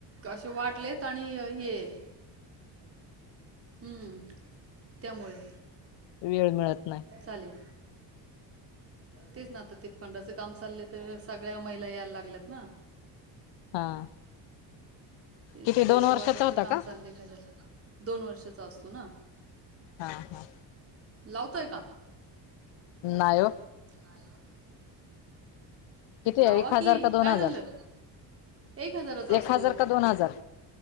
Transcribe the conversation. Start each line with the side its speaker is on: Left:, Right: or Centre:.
Right: असशे वाटलेत आणि येेत हम्म त्यामुळे
Left: वेळ मिळत नाही
Right: चालेल तेच ना आ ते पंड ज काम चालय तर सगळ्या महिला यायला लागल्यात ना
Left: हा
Right: तेच
Left: किती
Right: पैसे
Left: दोन वर्षाचा
Right: वाटपचं
Left: होता
Right: काम
Left: का
Right: चाललेय काय झा दोन वर्षाचा असतो ना
Left: हा हा
Right: लावतोय का
Left: नायो
Right: नाय ओ.
Left: किती
Right: लावा
Left: एक हजार
Right: की
Left: का दोन
Right: काय
Left: हजार
Right: झालं एक हजाराचा असतो.
Left: एक हजार का दोन हजार